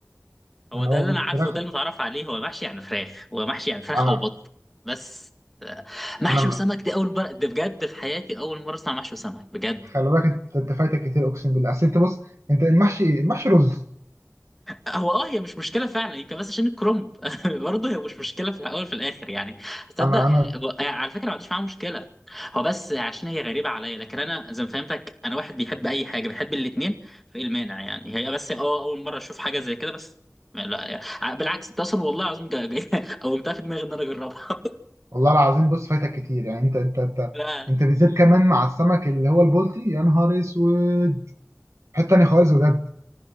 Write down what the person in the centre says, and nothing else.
هو
ده
اللي
انا عارفه وده المتعرف عليه هو محشي يعني فراخ هو محشي يعني فراخ
او بط بس آه، محشي
وسمك دي اول مره ده بجد في حياتي اول مره اسمع محشي وسمك بجد
هو اه هي مش مشكله فعلا يمكن بس عشان الكرومب <laughs> برضه هي مش مشكله في الاول في الاخر يعني تصدق
يعني هو- على فكره ما عنديش معاها مشكله هو بس عشان هي غريبه عليا لكن انا زي ما فهمتك انا واحد بيحب اي حاجه بحب الاثنين فايه المانع يعني هي بس اه اول مره اشوف حاجه زي كده بس لا يعني بالعكس ده اصلا والله العظيم جا- جا- <laughs> قومتها في دماغي ان انا اجربها
<laughs> لا